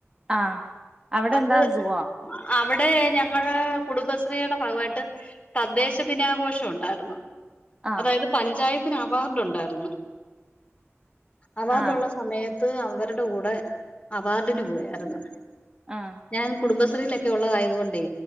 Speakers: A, on the right; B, on the left.
A: ആഹ് അവിടെ
B: അത്
A: എന്താ
B: അഹ്
A: സുഖോ
B: അവിടെ ഞങ്ങള് കുടുംബശ്രീടെ ഭാഗവായിട്ട് തദ്ദേശദിനാഘോഷം ഒണ്ടാര്ന്ന്
A: ആഹ്
B: അതായത് പഞ്ചായത്തിന് അവാർഡൊണ്ടാര്ന്ന് അവാർഡൊള്ള
A: ആഹ്
B: സമയത്ത് ത്ത് അവര്ടെ കൂടെ അവാർഡിന് പോയാരുന്ന്
A: ആഹ്
B: ഞാൻ കുടുംബശ്രീലെക്കെ ഒള്ളതായതുകൊണ്ടേ